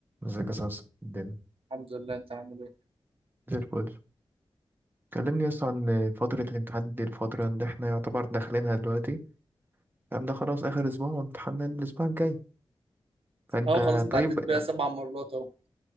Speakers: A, on the right; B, on the right.
A: ازيك يا صاصا الدنيا
B: الحمد لله انت عامل ايه
A: زي الفل كلمني يس عن فترة الامتحان دي الفترة اللي احنا يعتبر داخلينها دلوقتي الكلام ده خلاص آخر أسبوع وامتحاننا الأسبوع الجاي فأنت
B: اه خلاص انت
A: طيب
B: عديت بيها سبع مرات اهو